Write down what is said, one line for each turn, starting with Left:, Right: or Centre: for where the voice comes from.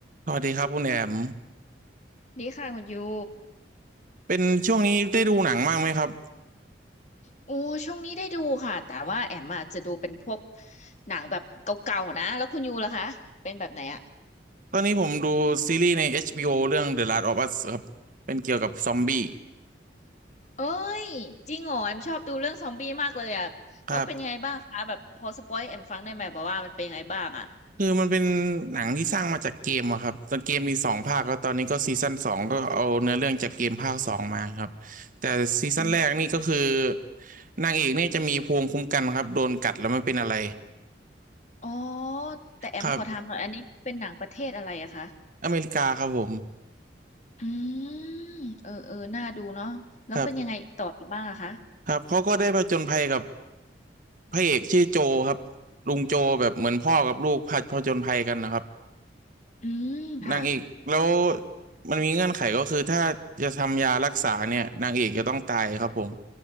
Right: สวัสดีครับคุณแอม
Left: ดีค่ะคุณยู
Right: เป็นช่วงนี้ได้ดูหนังบ้างไหมครับ
Left: โอ้ช่วงนี้ได้ดูค่ะแต่ว่าแอมอะจะดูเป็นพวกหนังแบบเก่าๆนะแล้วคุณยูล่ะคะเป็นแบบไหนอะ
Right: ตอนนี้ผมดูซีรีส์ใน HBO เรื่อง The Last of Us ครับ เป็นเกี่ยวกับซอมบี้
Left: เอ้ยจริงเหรอแอมชอบดูเรื่องซอมบี้มากเลยอะแล้วเป็นยังไงบ้างคะแบบพอสปอยให้แอมฟังได้ไหมแบบว่ามันเป็นยังไงบ้างอะ
Right: ครับ คือมันเป็นหนังที่สร้างมาจากเกมอะครับ ตอนเกมมีสองภาคแล้วตอนนี้ก็ซีซั่นสองก็เอาเนื้อเรื่องจากเกมภาคสองมาครับ แต่ซีซั่นแรกนี่ก็คือ
Left: อืม
Right: นางเอกนี่จะมีภูมิคุ้มกันครับโดนกัดแล้วไม่เป็นอะไร
Left: อ๋อแต่แอมขอถามหน่อยอันนี้เป็นหนังประเทศอะไรอะคะ
Right: ครับอเมริกาครับผม
Left: อืมเออเออน่าดูเนาะแล้วเป็นยังไงต่ออีกบ้างอะคะ
Right: ครับครับเขาก็ได้ผจญภัยกับ พระเอกชื่อโจครับลุงโจแบบเหมือนพ่อกับลูกพผผจญภัยกันนะครับ
Left: อืมค่ะ
Right: นางเอกแล้วมันมีเงื่อนไขก็คือถ้าจะทำยารักษาเนี่ยนางเอกจะต้องตายครับผม